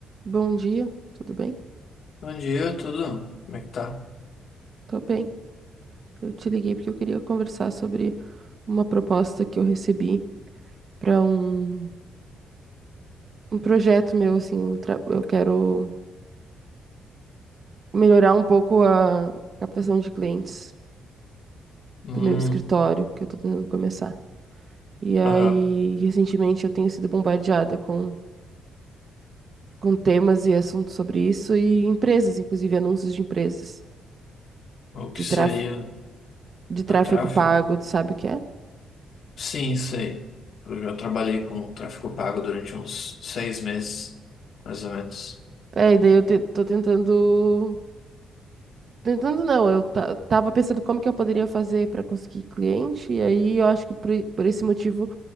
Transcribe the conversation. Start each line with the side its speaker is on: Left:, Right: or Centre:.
Right: Bom dia, tudo bem?
Left: Bom dia, tudo? Como é que tá?
Right: Tô bem. Eu te liguei porque eu queria conversar sobre uma proposta que eu recebi para um, um projeto meu, assim, um tra- eu quero melhorar um pouco a captação de clientes
Left: Hum,
Right: do meu escritório que eu tô tentando começar. E aí,
Left: aham.
Right: recentemente eu tenho sido bombardeada com com temas e assuntos sobre isso e empresas, inclusive anúncios de empresas
Left: O que
Right: de
Left: seria
Right: tráfego de tráfego
Left: a tráfego?
Right: pago, tu sabe o que é?
Left: Sim, sei. Eu já trabalhei com tráfego pago durante uns seis meses, mais ou menos.
Right: É, e daí eu te- tô tentando Tentando não, eu ta- tava pensando como que eu poderia fazer para conseguir cliente, e aí eu acho que por, por esse motivo